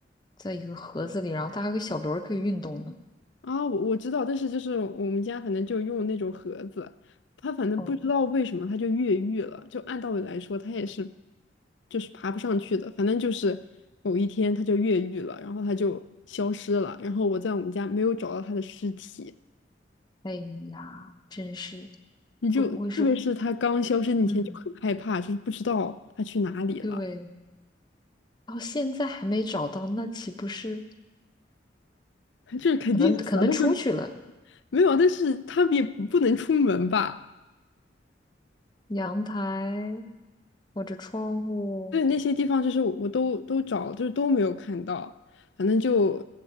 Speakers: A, on the left (about 25°); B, on the left (about 80°).
A: 在一个盒子里，然后它还有个小轮儿可以运动呢。
B: 啊，我我知道，但是就是我们家反正就用那种盒子，它反正不知道为什么它就越狱了。
A: 哦，
B: 就按道理来说，它也是就是爬不上去的，反正就是某一天它就越狱了，然后它就消失了，然后我在我们家没有找到它的尸体。
A: 哎呀，真是，
B: 你就特别是它刚消失那天就很害怕，
A: 会不会是？嗯，
B: 就是不知道它去哪里了，
A: 对，到现在还没找到，那岂不是
B: <laughs> 就是肯定是死了，
A: 可能可能出去了？
B: 但是没有，但是它也不能出门吧。
A: 阳台或者窗户？
B: 对，那些地方就是我我都都找，就是都没有看到，反正就